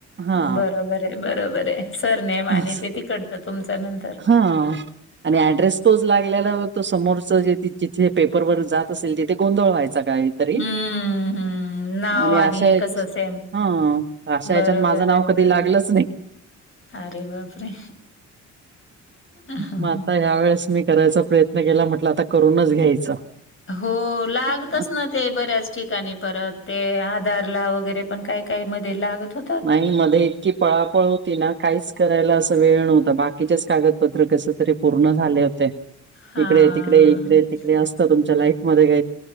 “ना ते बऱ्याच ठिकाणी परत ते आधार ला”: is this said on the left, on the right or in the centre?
Left